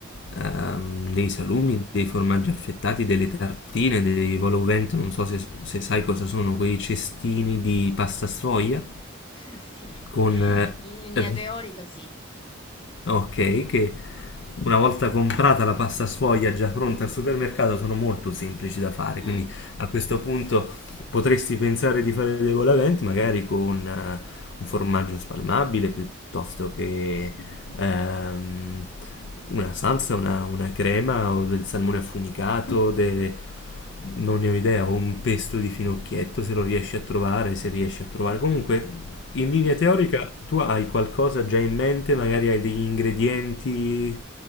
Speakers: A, on the left; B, on the left.
A: ehm, dei salumi, dei formaggi affettati, delle tartine, dei volo vento, non so se, se sai cosa sono, quei cestini di pasta sfoglia
B: Sì, <laughs> sì,
A: con... eh,
B: in linea
A: ri-
B: teorica sì.
A: ok, che una volta comprata la pasta sfoglia già pronta al supermercato sono molto semplici da fare,
B: Mm,
A: quindi a questo punto... potresti pensare di fare dei volavent magari con eh, un formaggio spalmabile piuttosto che ehm, una salsa, una, una crema o del salmone affumicato, de- non ne ho idea, o un pesto di finocchietto se lo riesci a trovare, se riesci a trovare. Comunque, in linea
B: mm.
A: teorica, tu hai qualcosa già in mente, magari hai degli ingredienti